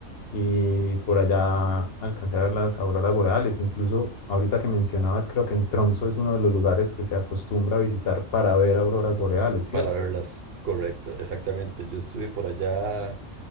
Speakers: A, on the left; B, on the right.
A: y por allá alcancé a ver las auroras boreales. Incluso ahorita que mencionabas, creo que en Tromso es uno de los lugares que se acostumbra a visitar para ver auroras boreales, ¿cierto?
B: Para verlas, correcto, exactamente. Yo estuve por allá